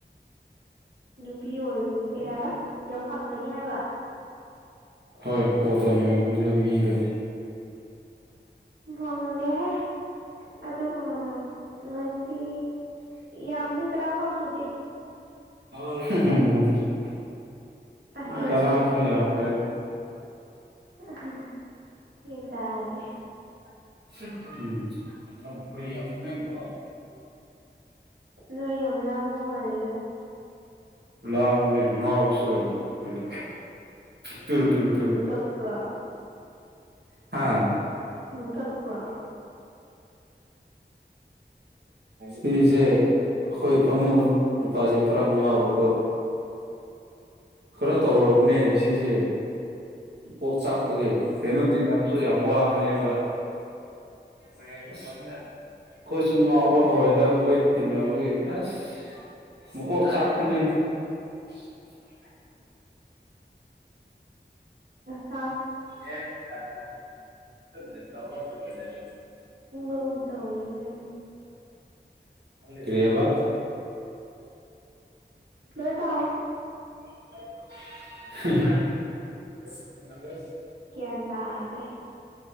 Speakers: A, on the right (about 85°); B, on the right (about 65°).
A: ꯅꯨꯄꯤ ꯑꯣꯏꯕꯅꯤ ꯀꯩ ꯍꯥꯏꯕ ꯌꯥꯝ ꯐꯪꯒꯅꯤ ꯍꯥꯏꯕ
B: ꯍꯣꯏ ꯇꯧꯅꯕꯒꯤ ꯃꯤꯗꯣ ꯃꯤꯗꯣ
A: ꯐꯪꯗꯦ ꯍꯦ ꯑꯗꯣ ꯉꯁꯤ ꯌꯥꯝꯗꯦ ꯇꯔꯥ ꯐꯥꯎ ꯁꯨꯗꯦ
B: <unintelligible>
A: ꯑꯗꯨꯕꯨ
B: ꯇꯔꯥꯁꯨ
A: ꯈꯪ
B: ꯌꯥꯝꯈꯔ꯭ꯦ
A: <unintelligible>
B: <unintelligible>
A: ꯅꯣꯏ ꯌꯥꯝ ꯂꯥꯡꯕ ꯃꯥꯜꯂꯦꯅꯦ
B: ꯂꯥꯡꯕꯅꯦ ꯉꯥꯎꯕꯁꯨ ꯂꯩꯕꯥ ꯑꯩꯈꯣꯢꯗꯣ ꯇꯨ ꯇꯨ ꯇꯨ
A: ꯌꯨ ꯊꯛꯄ꯭ꯔꯣ
B: ꯍꯥ
A: ꯌꯨ ꯊꯛꯄꯔꯣ
B: ꯁꯤꯁꯦ ꯑꯩꯈꯣꯏ ꯐꯃꯨꯡꯗ ꯅꯨꯄꯥꯁꯦ ꯈꯔꯥ ꯉꯥꯎꯕ ꯈꯔ ꯇꯧꯔꯕꯅꯦ ꯁꯤꯁꯦ ꯀꯣꯛ ꯆꯥꯛꯄꯒꯤ ꯀꯩꯅꯣ ꯇꯤꯟꯅꯕꯁꯨ ꯌꯥꯝ ꯋꯥꯕꯅꯦꯕ ꯑꯩꯈꯣꯏꯁꯨ ꯉꯥꯎꯕ ꯍꯧꯔꯦꯗ ꯃꯣꯏ ꯇꯅ ꯋꯥꯒ ꯑꯁ ꯃ ꯀ ꯆꯄꯅꯤ <inaudible>
A: ꯑ
B: ꯃꯁꯨ
A: ꯝ ꯇꯏꯅ
B: ꯀꯔꯤꯕ
A: ꯂꯣꯏ ꯀꯦ
B: <inaudible>
A: ꯑꯗꯨ